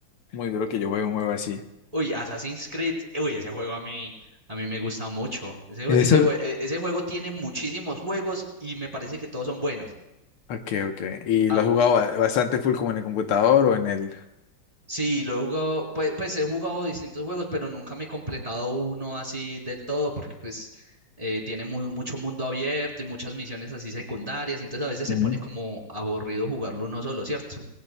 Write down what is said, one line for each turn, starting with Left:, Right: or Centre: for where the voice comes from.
Left: muy duro que yo juegue un juego así.
Right: Uy, Assassin's Creed. Uy, ese juego a mí, a mí me gusta mucho. Ese, jue-
Left: Eso,
Right: ese, jue- e- ese juego tiene muchísimos juegos y me parece que todos son buenos.
Left: Ok, ok. ¿Y
Right: Ah,
Left: lo has jugado ba- bastante full como en el computador o en el...?
Right: Sí, lo he jugado, pues, pues he jugado distintos juegos, pero nunca me he completado uno así del todo, porque pues eh, tiene mu- mucho mundo abierto y muchas misiones así secundarias, entonces a veces se
Left: Mm.
Right: pone como aburrido jugarlo uno solo, ¿cierto?